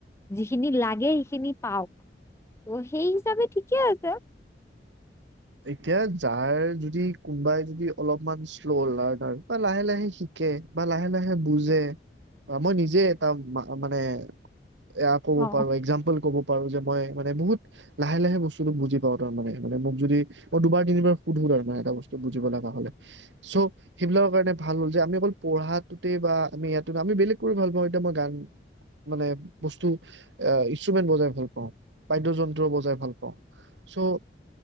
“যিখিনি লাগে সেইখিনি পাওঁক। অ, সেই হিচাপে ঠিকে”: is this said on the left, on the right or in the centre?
Left